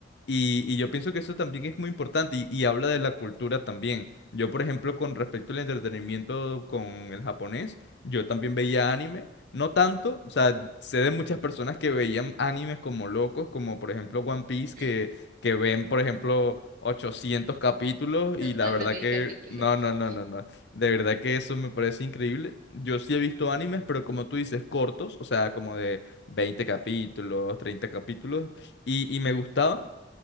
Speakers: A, on the left; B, on the right.
A: Y, y yo pienso que eso también es muy importante y, y habla de la cultura también. Yo, por ejemplo, con respecto al entretenimiento con el japonés, yo también veía anime. No tanto, o sea, sé de muchas personas que veían animes como locos, como por ejemplo One Piece, que,
B: sí. <laughs>
A: que ven, por ejemplo, 800 capítulos y
B: Los
A: la
B: más
A: verdad
B: de mil
A: que...
B: capítulos.
A: No, no, no, no, no. De verdad que eso me parece increíble. Yo sí he visto animes, pero como tú dices, cortos, o sea, como de 20 capítulos, 30 capítulos, y, y me gustaban